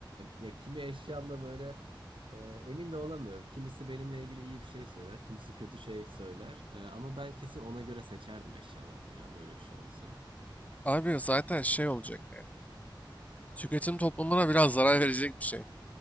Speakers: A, on the right (about 85°); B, on the left (about 15°).
A: ya kimi eşyamda böyle ee, Emin de olamıyorum. Kimisi benimle ilgili iyi bir şey söyler, kimisi kötü şey söyler. Ee, ama ben kesin ona göre seçerdim eşyalarımı ya böyle bir şey olsa.
B: Abi zaten şey olacak yani. Tüketim toplumuna biraz zarar verecek bir şey.